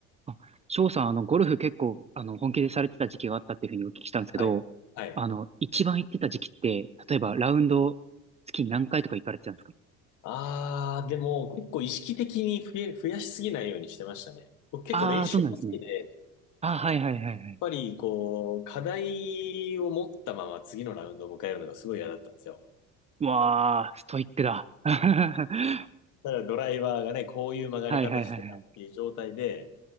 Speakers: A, on the right; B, on the left.
A: あ、翔さん、あの、ゴルフ結構、あの、本気でされてた時期があったっていうふうにお聞きしたんですけど、
B: はい。はい。
A: あの、一番行ってた時期って、例えばラウンド月に何回とか行かれてたんですか
B: ああ、でも結構意識的に増え、増やしすぎないようにしてましたね。僕結構練習が好きで、
A: ああー、そうなんですね。
B: やっ
A: ああ、はいはいはいはい。
B: ぱりこう、課題を持ったまま次のラウンドを迎えるのがすごい嫌だったんですよ。
A: わあ、ストイックだ。<laughs> は
B: ただドライバーがね、こういう曲がり方してたっていう状態で、
A: いはいはいはい。